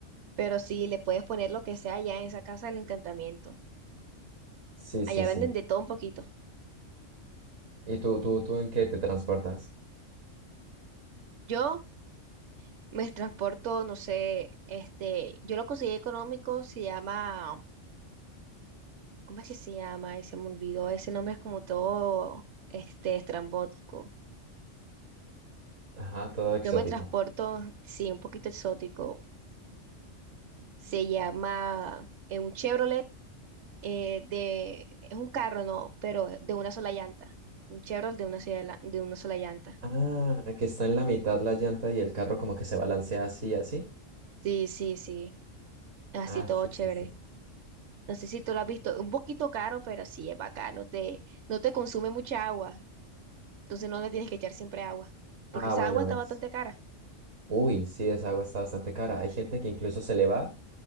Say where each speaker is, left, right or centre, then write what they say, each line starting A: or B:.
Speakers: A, on the right; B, on the right.
A: Pero sí, le puedes poner lo que sea allá en esa casa del encantamiento.
B: Sí, sí,
A: Allá
B: sí.
A: venden de todo un poquito.
B: ¿Y tú, tú, tú en qué te transportas?
A: Yo me transporto, no sé, este, yo lo conseguí económico, se llama, ¿cómo es que se llama? Ay, se me olvidó, ese nombre es como todo, este, estrambótico.
B: Ajá, todo exótico.
A: Yo me transporto, sí, un poquito exótico. Se llama eh, un Chevrolet eh, de, es un carro, no, pero de una sola llanta. Un Chevrolet de una sola, de una sola llanta.
B: Ah, que está en la mitad la llanta y el carro como que se balancea así, así.
A: Sí, sí, sí, así
B: Ah,
A: todo
B: sí,
A: chévere.
B: sí, sí, sí.
A: No sé si tú lo has visto, un poquito caro, pero sí es bacano, te, no te consume mucha agua. Entonces no le tienes que echar siempre agua, porque
B: Ah,
A: esa
B: bueno,
A: agua está
B: es.
A: bastante cara.
B: Uy, sí, esa agua está bastante cara. Hay gente que incluso se le va